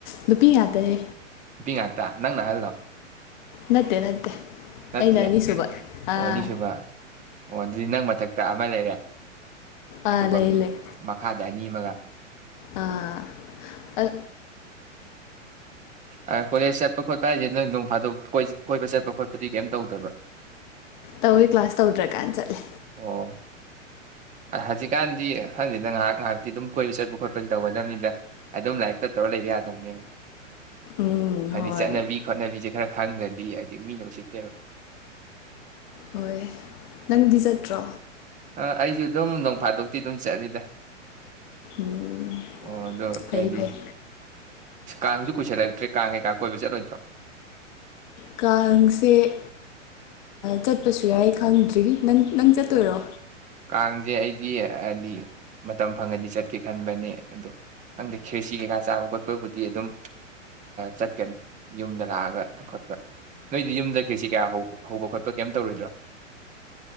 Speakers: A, on the left; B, on the right.
A: ꯅꯨꯄꯤ ꯉꯥꯛꯇꯥꯅꯤ
B: ꯄꯕꯤ ꯉꯇꯥ <unintelligible> ꯅꯪꯅ ꯑꯍꯜꯂꯣ
A: ꯅꯠꯇꯦ ꯅꯠꯇꯦ
B: ꯅꯠꯇꯦ
A: ꯑꯩꯅ
B: ꯑꯣ
A: ꯑꯅꯤꯁꯨꯕ ꯑꯥ
B: ꯑꯅꯤꯁꯨꯕ ꯑꯣ ꯑꯗꯨꯗꯤ ꯅꯪ ꯃꯊꯛꯇ ꯑꯃ ꯂꯩꯔꯦ ꯑꯗꯨꯒ
A: ꯑꯥ ꯂꯩ ꯂꯩ
B: ꯃꯈꯥꯗ ꯑꯅꯤ ꯒ <unintelligible>
A: ꯑꯥ ꯑꯥ
B: ꯑꯣ ꯀꯣꯜꯂꯦꯖ ꯆꯠꯄ ꯈꯣꯠꯄ ꯍꯥꯏꯁꯦ ꯅꯪ ꯅꯣꯡ ꯐꯥꯗꯣꯛ ꯀꯣꯏ ꯀꯣꯏꯕꯥ ꯆꯠꯄ ꯐꯗꯤ ꯀꯩꯝ ꯇꯧꯗꯕ꯭ꯔꯥ
A: ꯇꯧꯋꯦ ꯀ꯭ꯂꯥꯁ ꯇꯧꯗ꯭ꯔ ꯀꯥꯟꯅ ꯆꯠꯂꯦ
B: ꯑꯣ ꯍꯧꯖꯤꯛꯀꯥꯟꯗꯤ ꯈꯪꯗꯦꯗ ꯉꯥꯏꯍꯥꯛ ꯉꯥꯏꯍꯥꯛꯇꯤ ꯑꯗꯨꯝ ꯀꯣꯏꯕ ꯆꯠꯄ ꯈꯣꯠꯄꯗꯤ ꯇꯧꯒꯗꯕꯅꯤꯅ ꯑꯗꯨꯝ ꯂꯥꯏꯔꯤꯛꯛꯇ ꯇꯧꯔ ꯂꯩꯕ ꯌꯥꯗꯕꯅꯦꯕ
A: ꯎꯝ
B: ꯍꯥꯏꯗꯤ
A: ꯍꯣꯏ
B: ꯆꯠꯅꯕꯤ ꯈꯣꯠꯅꯕꯤꯁꯦ ꯈꯔ ꯈꯪꯗ꯭ꯔꯗꯤ ꯍꯥꯏꯗꯤ ꯃꯤꯅ ꯎꯁꯤꯠ ꯇꯦꯕꯥ
A: ꯍꯣꯏ ꯅꯪꯗꯤ ꯆꯠꯇ꯭ꯔꯣ
B: ꯑ ꯑꯩꯁꯨ ꯑꯗꯨꯝ ꯅꯣꯡꯐꯥꯗꯣꯛꯇꯤ ꯑꯗꯨꯝ ꯆꯠꯂꯤꯗ
A: ꯎꯝ
B: ꯑꯣ ꯑꯗꯣ
A: ꯐꯩ
B: ꯀꯩꯗꯤ
A: ꯐꯩ
B: ꯀꯥꯡꯁꯨ ꯀꯨꯏꯁꯤꯜꯂꯛꯇ꯭ꯔꯦ ꯀꯥꯡ ꯀꯩꯀꯥ ꯀꯣꯏꯕ ꯆꯠꯂꯣꯏꯗ꯭ꯔꯣ
A: ꯀꯥꯡꯁꯦ ꯆꯠꯄꯁꯨ ꯌꯥꯏ ꯈꯪꯗ꯭ꯔꯤ ꯅꯪ ꯅꯪ ꯆꯠꯇꯣꯏꯔꯣ
B: ꯀꯥꯡꯁꯦ ꯑꯩꯗꯤ ꯍꯥꯏꯗꯤ ꯃꯇꯝ ꯐꯪꯉꯗꯤ ꯆꯠꯀꯦ ꯈꯟꯕꯅꯦ ꯑꯗꯣ ꯍꯪꯗꯦ ꯈꯦꯔꯁꯤ ꯀꯩꯀꯥ ꯆꯥꯕ ꯈꯣꯠꯄꯕꯨꯗꯤ ꯑꯗꯨꯝ ꯆꯠꯀꯅꯤ ꯌꯨꯝꯗ ꯂꯥꯛꯑꯒ ꯈꯣꯠꯄ ꯅꯣꯏꯗꯤ ꯌꯨꯝꯗꯩ ꯈꯦꯆꯤ ꯀꯌꯥ ꯍꯧꯕ ꯈꯣꯠꯄ ꯀꯩꯝ ꯇꯧꯔꯣꯏꯗ꯭ꯔꯥ